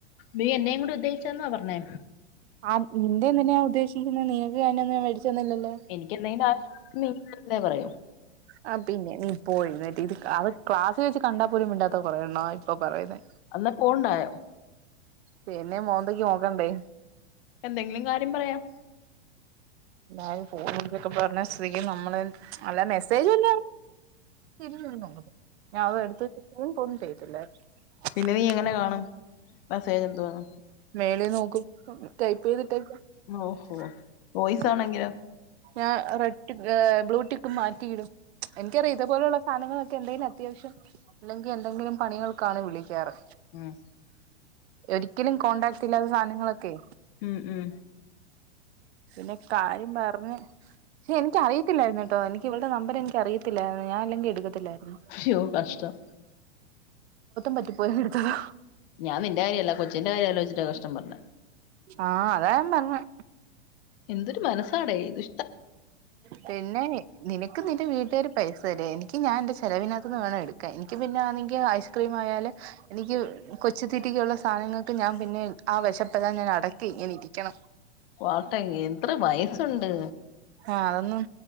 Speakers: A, on the left (about 50°); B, on the right (about 65°).
A: നീ എന്നേയും കൂടെ ഉദ്ദേശിച്ചാന്നോ പറഞ്ഞേ
B: ആ നിന്റെ എന്തിനെയാ ഉദ്ദേശിക്കുന്നത് നിങ്ങക്ക് അനെ ഒന്നും മേടിച്ചൊന്നില്ലല്ലോ
A: എനിക്ക് എന്തെനാ നീ <unintelligible> തന്നെ പറയോ
B: ആ പിന്നെ നീ പോയി ഇന്നട്ട് ഇത് അത് ക്ലാസ്ൽ വെച്ച് കണ്ടാൽ പോലും മിണ്ടാത്ത കൊറേ എണ്ണോ ഇപ്പൊ പറയുന്നെ
A: എന്നാ പോണ്ടായോ
B: പിന്നെ മോന്തക്ക് നോക്കണ്ടേ
A: എന്തെങ്കിലും കാര്യം പറയാം
B: എന്തായാലും ഫോണൊക്കെ പറഞ്ഞ സ്ഥിതിക്ക് നമ്മള് അല്ല മെസ്സേജ് <unintelligible> ല്ലതി നോ ഞാൻ അത് എടുത്ത ചെയ പോന്നും ചെയ്ത് ഇല്ല <unintelligible>
A: പിന്നെ നീ എങ്ങനെ കാണും മെസ്സേജ്
B: ഏഹ്
A: എന്തുവാന്ന്
B: മേലെ നോക്ക് ഇപ്പം ഉം ടൈപ്പെയ്തിട്ടേക്കാ ആഹ്
A: ഓഹോ വോയിസ്
B: <unintelligible>
A: ആണെങ്കിലോ
B: ഞാൻ റെട്ടിക്ക് ഏഹ് ബ്ലൂടിക്ക് മാറ്റിയിടും എനിക്കറിയാ ഇത് പോലെയുള്ള സാനങ്ങളൊക്കെ എന്തേലു അത്യാവശ്യം അല്ലെങ്കി എന്തെങ്കിലും പണികള് ക്കാണ് വിളിക്ക്യാറ്
A: ഉം
B: ഒരിക്കലും കോണ്ടാക്റ്റില്ലാത്ത സാനങ്ങളൊക്കെ
A: ഉം ഉം
B: പിന്നെ കാര്യം പറഞ്ഞ് എനിക്ക്യ് അറിയത്തില്ലാര്ന്നു കേട്ടോ എനിക്ക്യ് ഇവള്ടെ നമ്പർ എനിക്ക്യ് അറിയ ത്തില്ലാര്ന്നു ഞാൻ അല്ലെങ്കി എട്ക്കത്തില്ലാരുന്നു
A: അയ്യോ കഷ്ടം
B: പറ്റിപ്പോയി എടുത്തതാ
A: ഞാൻ നിന്റെ കാര്യല്ല കൊച്ചിന്റെ കാര്യം ആലോയ്ചിട്ടാ കഷ്ടം പറ്ഞ്ഞെ
B: ആഹ് അതാ ഞാൻ പറ്ഞ്ഞെ
A: എന്തൊരു മനസ്സാടെയിത്
B: പിന്നെ നിനക്ക് നിന്റെ വീട്ടുകാര് പൈസ തരെ എനിക്ക്യ് ഞാൻ എന്റെ ചെലവിനാത്ത് നിന്ന് വേണം എട്ക്കാൻ എനിക്ക്യ് പിന്നാണങ്കി അയച്ച് ക്രീം ആയാല് എനിക്ക് കൊച്ചുതീറ്റിക്കുള്ള സാധനങ്ങക്ക് ഞാൻ പിന്നെ ആ വിശപ്പെല്ലാം ഞാൻ അടക്കി ഇങ്ങനെ ഇരിക്കണം
A: വാട്ട എത്ര വയസുണ്ട്
B: ആഹ് അതൊന്നും